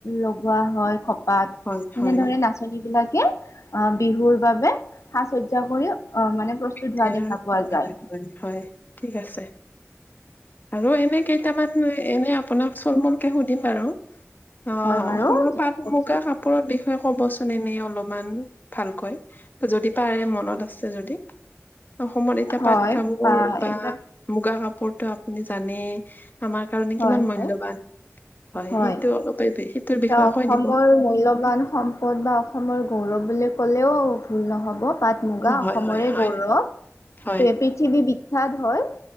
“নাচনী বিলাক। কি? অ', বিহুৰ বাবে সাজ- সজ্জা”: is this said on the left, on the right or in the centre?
Left